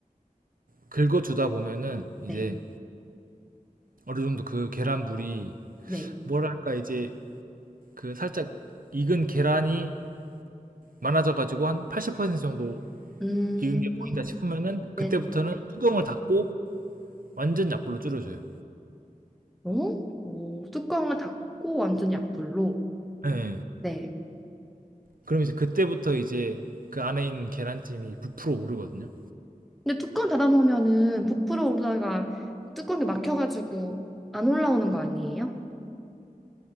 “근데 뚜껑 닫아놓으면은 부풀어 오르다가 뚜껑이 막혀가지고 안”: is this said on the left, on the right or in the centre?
Centre